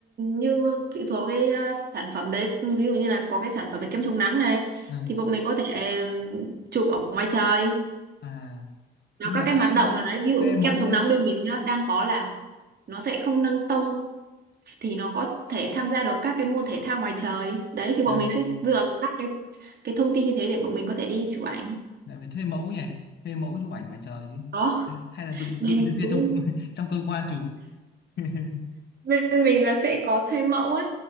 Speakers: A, on the right; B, on the left.
A: như phụ thuộc vào cái ờ, sản phẩm đấy ví dụ như là có cái sản phẩm về kem chống nắng này
B: à,
A: thì bọn mình có thể ừm, chụp ở ngoài trời
B: à
A: nó
B: nhưng
A: các
B: mà
A: cái hoạt
B: thuê
A: động nào đấy ví dụ
B: thuê
A: như
B: mẫu
A: kem chống nắng bên mình nhá đang có là nó sẽ không nâng tông thì nó có thể tham gia được các cái môn thể thao ngoài trời đấy thì bọn
B: à
A: mình sẽ dựa vào các cái cái thông tin như thế để bọn mình có thể đi chụp ảnh
B: lại phải thuê mẫu nhỉ? Thuê mẫu chụp ảnh ngoài trời chứ.
A: đó
B: Hay là
A: <laughs>
B: tự
A: nên
B: tự nhân viên
A: cũng
B: trong <laughs> trong cơ quan chụp? <laughs>
A: bên mình là sẽ có thuê mẫu ấy